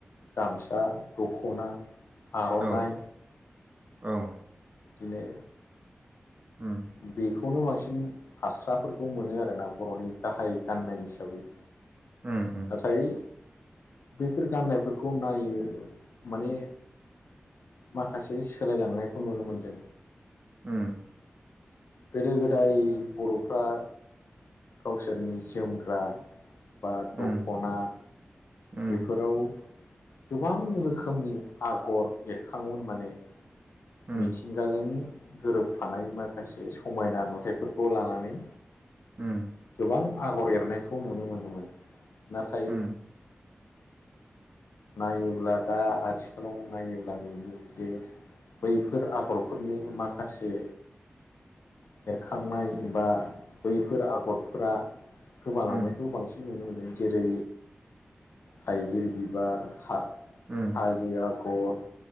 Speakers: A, on the left; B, on the right.
A: गामसा दख'ना आर'नाइ
B: औ औ
A: दिनै
B: ओम।
A: बेखौनो बांसिन हास्राफोरखौ मोनो आरोना बर'नि गाहाय गाननाय हिसाबै।
B: उम उम।
A: नाथाय बैफोर गाननायफोरखौ नायो माने माखासे सोलायलांनायखौ नुनो मोनदों।
B: ओम।
A: गोदो गोदाय बर'फ्रा गावसोरनि जोमग्रा बा
B: उम
A: दख'ना
B: उम
A: बेफोराव गोबां रोखोमनि आगर एरखाङोमोन माने
B: उम
A: मिथिंगाजों गोरोबफानाय माखासे समायना नुथायफोरखौ लानानै
B: ओम।
A: गोबां आगर एरनायखौ नुनो मोनोमोन नाथाय
B: उम
A: नायोब्ला दा आथिखालाव नायोब्ला नुयो एससे बैफोर आगरफोरनि माखासे एरखांनाय बा बैफोर आगरफोरा गोमालांनायखौ
B: उम
A: बांसिन नुनो मोनदों जेरै थाइगिर बिबार हा
B: ओम।
A: काजि आगर